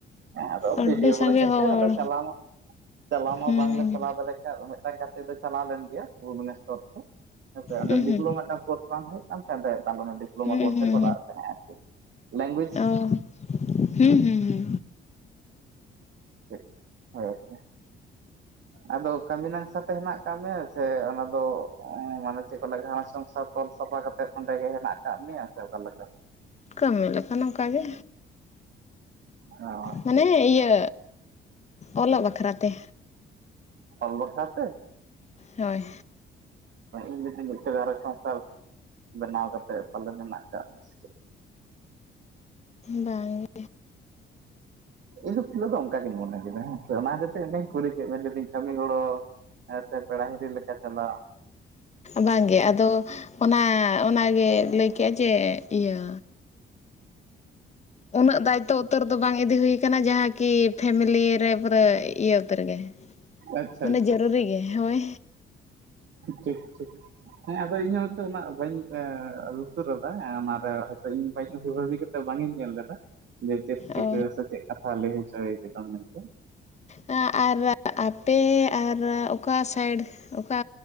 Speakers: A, on the right; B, on the left.
A: ᱮᱸ ᱟᱫᱚ
B: ᱟᱹᱰᱤ
A: ᱵᱷᱤᱰᱤᱭᱳ ᱦᱚᱛᱮᱛ
B: ᱥᱟᱸᱜᱮ ᱦᱚᱲ
A: ᱛᱮ ᱟᱫᱚ ᱪᱟᱞᱟᱣ ᱢᱟ ᱪᱟᱞᱟᱣ ᱢᱟ
B: ᱦᱮᱸ
A: ᱵᱟᱝᱞᱮ ᱪᱟᱞᱟᱣ ᱫᱟᱲᱮ <unintelligible> ᱢᱤᱫᱴᱟᱝ ᱜᱟᱛᱮ ᱫᱚ ᱪᱟᱞᱟᱣ ᱞᱮᱱ ᱜᱮᱭᱟ ᱵᱷᱩᱵᱱᱮᱥᱥᱚᱨ ᱛᱮ ᱦᱮᱸᱥᱮ ᱚᱸᱰᱮ
B: ᱦᱩᱸ
A: ᱰᱤᱯᱞᱳᱢᱟ
B: ᱦᱩᱸ
A: ᱢᱮᱴᱮᱱ ᱠᱳᱨᱥ ᱵᱟᱝ ᱦᱩᱭᱩᱜ ᱠᱟᱱ ᱛᱮ <unintelligible> ᱰᱤᱯᱞᱳᱢᱟ
B: ᱦᱩᱸ
A: ᱠᱳᱨᱥ
B: ᱦᱩᱸ
A: ᱮ ᱠᱚᱨᱟᱣᱜ ᱛᱟᱦᱮᱸ ᱟᱨᱠᱤ ᱞᱮᱝᱜᱩᱭᱮᱡᱽ
B: ᱦᱮᱸ ᱦᱩᱸ ᱦᱩᱸ ᱦᱩᱸ
A: <unintelligible> ᱦᱳᱭ ᱟᱨᱠᱤᱼᱼ ᱟᱫᱚ ᱠᱟᱹᱢᱤ ᱱᱟᱝᱥᱟ ᱛᱮ ᱦᱮᱱᱟᱜ ᱠᱟᱜ ᱢᱮᱭᱟ ᱥᱮ ᱚᱱᱟ ᱫᱚ ᱢᱟᱱᱮ ᱪᱮᱫ ᱠᱚ ᱞᱟᱜᱟᱜ-ᱟ ᱥᱚᱝᱥᱚᱫ ᱛᱚᱞ ᱥᱟᱯᱷᱟ ᱠᱟᱛᱮᱫ ᱚᱸᱰᱮ ᱜᱮ ᱦᱮᱱᱟᱜ ᱟᱠᱟᱫ ᱢᱮᱭᱟ ᱥᱮ ᱚᱠᱟ ᱞᱮᱠᱟ
B: ᱠᱟᱹᱢᱤ ᱞᱮᱠᱟ ᱱᱚᱝᱠᱟ ᱜᱮ
A: ᱚ ᱟᱪᱪᱷᱟ
B: ᱢᱟᱱᱮ
A: ᱟᱪᱪᱷᱟ
B: ᱤᱭᱟᱹᱼᱼ ᱚᱞᱚᱜ ᱵᱟᱠᱷᱨᱟ ᱛᱮᱼᱼ
A: ᱚᱞ ᱵᱟᱠᱷᱨᱟ ᱛᱮ
B: ᱦᱳᱭ
A: ᱤᱧ ᱫᱩᱧ ᱞᱟᱹᱭ ᱜᱷᱟᱨᱚᱸᱡᱽ ᱥᱚᱝᱥᱟᱨ ᱵᱮᱱᱟᱣ ᱠᱟᱛᱮᱫ ᱯᱟᱞᱮᱱ ᱢᱮᱱᱟᱜ ᱟᱠᱟᱫ <unintelligible>
B: ᱵᱟᱝ ᱜᱮ
A: ᱤᱧ ᱫᱚ ᱯᱩᱭᱞᱳ ᱫᱚ ᱚᱱᱠᱟ ᱜᱤᱧ ᱢᱚᱱᱮ ᱠᱮᱫᱟ ᱦᱮᱸ ᱥᱮ ᱚᱱᱟ ᱦᱟᱹᱛᱮ ᱢᱤᱫ ᱫᱷᱟᱣ ᱤᱧ ᱠᱩᱞᱤ ᱠᱮᱫ ᱢᱮᱭᱟ ᱞᱟᱹᱭ ᱫᱤᱧ ᱠᱟᱹᱢᱤ ᱜᱚᱲᱚ ᱦᱮᱸ ᱥᱮ ᱯᱮᱲᱟ ᱦᱤᱨᱤ ᱞᱮᱠᱟ ᱪᱟᱞᱟᱣ ᱾
B: ᱵᱟᱝ ᱜᱮ ᱟᱫᱚ ᱚᱱᱟ ᱚᱱᱟ ᱜᱮ ᱞᱟᱹᱭ ᱠᱮᱜᱼᱟ ᱡᱮ ᱤᱭᱟᱹᱼᱼ ᱩᱱᱟᱹᱜ ᱫᱟᱭᱤᱛᱛᱚ ᱩᱛᱟᱹᱨ ᱫᱚᱼᱼ ᱵᱟᱝ ᱤᱫᱤ ᱦᱩᱭ ᱠᱟᱱᱟ ᱡᱟᱦᱟᱸ ᱠᱤ ᱯᱷᱮᱢᱤᱞᱤ ᱨᱮ ᱯᱩᱨᱟᱹ ᱤᱭᱟᱹ ᱩᱛᱟᱹᱨ ᱜᱮ
A: ᱟᱪᱪᱷᱟ
B: ᱢᱟᱱᱮ
A: ᱟᱪᱪᱷᱟ
B: ᱡᱟᱹᱨᱩᱨᱤ ᱜᱮ ᱦᱳᱭ᱾
A: ᱴᱷᱤᱠ ᱴᱷᱤᱠ ᱦᱮᱸ ᱟᱫᱚ ᱤᱧ ᱦᱚᱸ ᱦᱚᱭᱛᱳ ᱩᱱᱟᱹᱜ ᱵᱟᱹᱧ ᱞᱩᱛᱩᱨ ᱟᱫᱟ ᱚᱱᱟ ᱨᱮ ᱦᱚᱭᱛᱚ ᱤᱧ ᱵᱟᱹᱧ ᱵᱷᱟᱵᱤ <unintelligible> ᱛᱚ ᱵᱟᱝ ᱤᱧ ᱧᱮᱞ ᱞᱮᱫᱟ ᱡᱮ ᱪᱮᱫ ᱪᱤᱠᱟᱹ
B: ᱚ
A: ᱥᱮ ᱪᱮᱫ ᱠᱟᱛᱷᱟ ᱞᱟᱹᱭ ᱦᱚᱪᱚᱭ ᱠᱮᱫᱟᱢ ᱢᱮᱱ ᱛᱮ᱾
B: ᱟᱸ ᱟᱨ ᱟᱯᱮ ᱟᱨ ᱚᱠᱟ ᱥᱟᱭᱤᱰ ᱚᱠᱟ